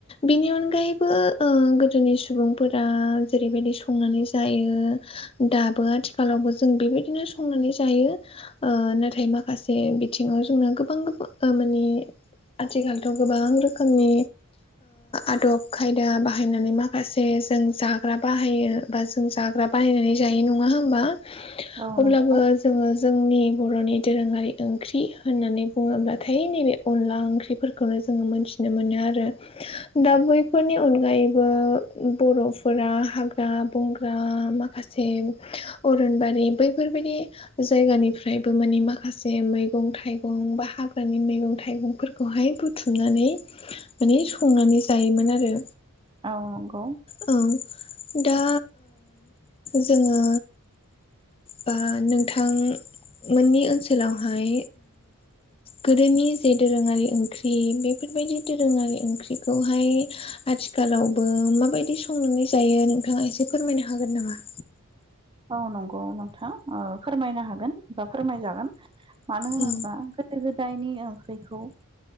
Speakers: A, on the left (about 25°); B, on the right (about 25°).
A: बिनि अनगायैबो ओ गोदोनि सुबुंफोरा जेरैबायदि संनानै जायो दाबो आथिखालावबो जों बेबायदिनो संनानै जायो ओ नाथाय माखासे बिथिङाव जोंना गोबां माने आथिखालथ' गोबां रोखोमनि आदब खायदा बाहायनानै माखासे जों जा ग्रा बाहायो जों जाग्रा बानायनानै जायो नङा होनबा
B: औ नंगौ
A: अब्लाबो जोङो जोंनि बर'नि दोरोङारि ओंख्रि होननानै बुङोब्लाथाय नैबे अनला ओंख्रिफोर खौनो जोङो मोनथिनो मोनो आरो दा बैफोरनि अनगायैबो बर' फोरा हाग्रा बंग्रा माखासे अरनबारि बैफोरबायदि जायगानिफ्रायबो मानि माखासे मैगं थाइगं बा हाग्रानि मैगं थाइगंफोर खौहाय बुथुमनानै माने संनानै जायोमोन आरो
B: औ नंगौ
A: औ दा जोङो बा नोंथां मोननि ओनसोलावहाय गोदोनि जे दोरोङारि ओंख्रि बेफोरबायदि दोरोङारि ओंख्रिखौहाय आथिखालावबो माबायदि संनानै जायो नोंथाङा एसे फोरमायनो हागोन नामा
B: औ नंगौ नोंथां फोरमायनो हागोन बा फोरमायजागोन मानो होनोबा
A: औ
B: गोदो गोदायनि ओंख्रिखौ